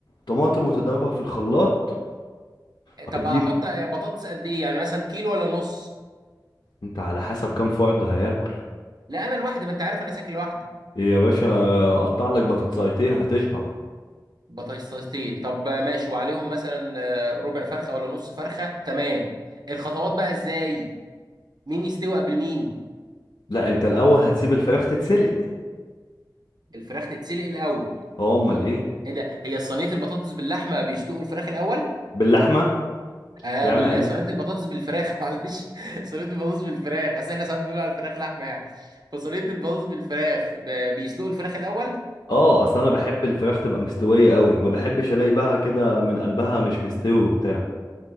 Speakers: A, on the left; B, on the right.
A: طماطم وتضربها في الخلاط هتجيب
B: طب احط بطاطس قد ايه يعني مثلا كيلو ولا نص
A: انت على حسب كام فرد هياكل
B: لا انا لوحدي ما انت عارف انا ساكن لوحدي
A: إيه يا باشا قطع لك بطاطسايتين هتشبع
B: بطاطستين طب ماشي وعليهم مثلا آه، ربع فرخه ولا نص فرخه تمام الخطوات بقى ازاي مين يستوي قبل مين
A: لا انت الاول هتسيب الفراخ تتسلق
B: الفراخ تتسلق الاول
A: اه امال ايه
B: ايه ده هي صينيه البطاطس باللحمه بيسلقوا الفراخ الاول
A: باللحمه
B: اه
A: يا
B: بال...
A: عم انا
B: صينيه البطاطس بالفراخ <laughs> معلش صينيه البطاطس بالفراخ اصل احنا ساعات بنقول على الفراخ لحمه يعني فصينيه البطاطس بالفراخ ب... بيسلقوا الفراخ الاول
A: اه اصل انا بحب الفراخ تبقى مستويه قوي ما بحبش الاقي بقى كده من قلبها مش مستوي وبتاع